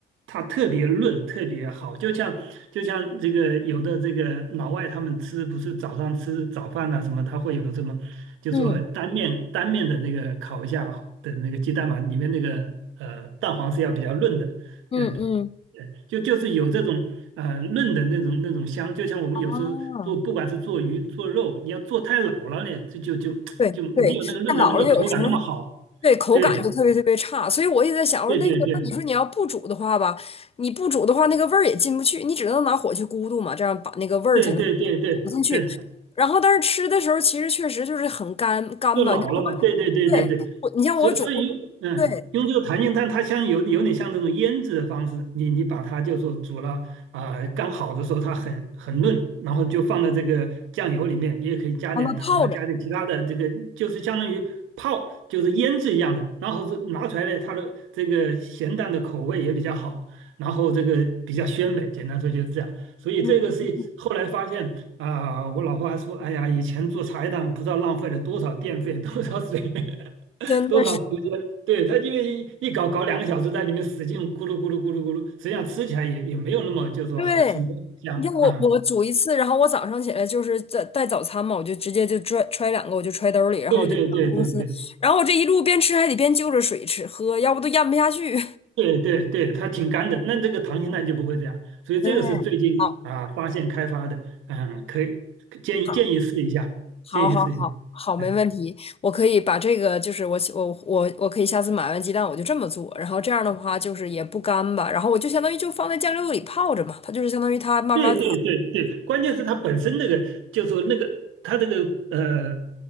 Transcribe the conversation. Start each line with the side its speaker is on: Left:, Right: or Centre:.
Right: 它特别润，特别好，就像就像这个有的这个老外他们吃不是早上吃早饭呐、什么，他会有什么，就说单面单面的那个烤一下的那个鸡蛋嘛，
Left: 嗯
Right: 里面那个呃蛋黄是要比较润的，
Left: 嗯嗯，
Right: 呃，呃就就是有这种呃嫩的那种那种香，就像我们有时候做不管是做鱼做肉，
Left: 啊，
Right: 你要做太老了呢，这就就就没有那个嫩的那么口感那么好，
Left: 对对，太老了，有时候对，口感就特别特别差，
Right: 对
Left: 所以我也在想，我说那个，
Right: 对对对。
Left: 你说你要不煮的话吧，你不煮的话，那个味儿也进不去，你只能拿火去咕嘟嘛，这样把那个味儿才能
Right: 对对对对对，
Left: 煮进去。然后，但是吃的时候其实确实就是很干干吧，
Right: 就老了嘛，对对对对对，
Left: 对，我你像我煮，
Right: 所以所以用嗯用这个弹性炭，
Left: 对，
Right: 它像有有点像这种腌制的方式，你你把它就说煮了啊、刚好的时候它很很嫩，然后就放在这个酱油里面，你也可以加点糖啊，
Left: 让它泡着，
Right: 加点其他的这个，就是相当于泡就是腌制一样的，然后是拿出来的它的这个咸淡的口味也比较好，然后这个比较鲜美，简单说就是这样。所以这个是后来发现，
Left: 嗯，
Right: 啊，我老婆还说，哎呀，以前做茶叶蛋不知道浪费了多少电费 <laughs>、多少水、<laughs>
Left: 真的是
Right: 多少时间。对，她因为一一搞搞两个小时，在里面使劲咕噜咕噜咕噜咕噜，实际上吃起来也也没有那么就是说好吃，
Left: 对。
Right: 没有香啊。
Left: 你像我我煮一次，然后我早上起来就是在带早餐嘛，我就直接就揣揣两个，我就揣兜里，然后我就上公司，
Right: 对对对对对
Left: 然后我这一路边吃还得边就着水吃喝，要不都咽不下去。
Right: 对对对，它挺干的。那这个溏心蛋就不会这样，所以这个是最近啊发现开发的，
Left: 对，好，
Right: 嗯，可以建议建议试一下，
Left: 好，好，
Right: 建议试一下。
Left: 好，好，好，没问题。
Right: 嗯
Left: 我可以把这个，就是我起我我我可以下次买完鸡蛋我就这么做，然后这样的话就是也不干巴，然后我就相当于就放在酱料里泡着嘛，它就是相当于它慢慢，
Right: 对对对对，关键是它本身那个，就是说那个它这个呃，